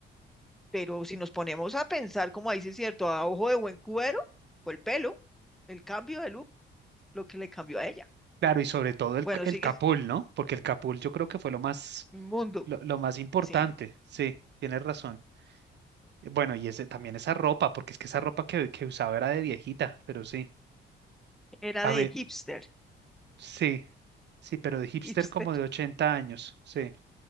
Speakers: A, in the centre; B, on the right.
A: pero si nos ponemos a pensar, como dice cierto, a ojo de buen cubero, fue el pelo, el cambio de look, lo que le cambió a ella.
B: claro, y sobre todo el,
A: Bueno,
B: ca- el
A: sigue
B: Capul, ¿no? Porque el Capul yo creo que fue lo más,
A: inmundo,
B: lo, lo más importante.
A: sí,
B: Sí, tienes razón. Bueno, y ese, también esa ropa, porque es que esa ropa que, que usaba era de viejita, pero sí.
A: era
B: A
A: de
B: ver,
A: hipster,
B: sí, sí, pero de hipster
A: <laughs> hipster.
B: como de 80 años, sí.